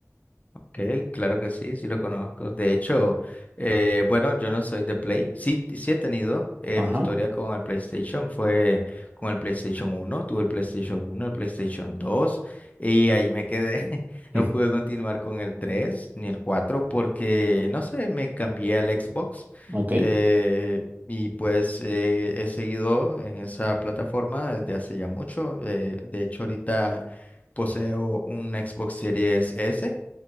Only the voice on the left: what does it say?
Ok, claro que sí, sí lo conozco. De hecho, eh, bueno, yo no soy de Play. Sí, sí he tenido eh,
mi historia con el PlayStation. Fue con el PlayStation uno, tuve el PlayStation uno, el PlayStation dos y ahí me quedé. <laughs>
No pude continuar con el 3 ni el 4 porque, no sé, me cambié al Xbox
eh, y pues eh, he seguido en esa plataforma desde hace ya mucho. Eh, de hecho, ahorita poseo un Xbox Series S